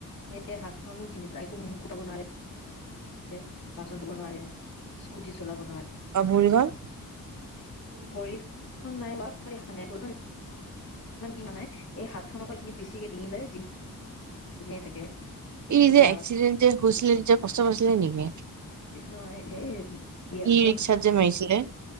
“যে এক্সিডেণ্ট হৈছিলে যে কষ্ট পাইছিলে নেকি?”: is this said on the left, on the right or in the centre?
Right